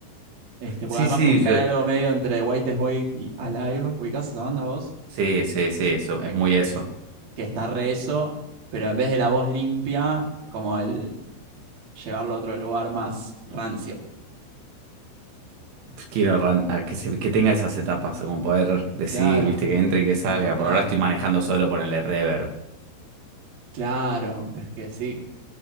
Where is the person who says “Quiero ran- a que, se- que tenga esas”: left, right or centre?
Right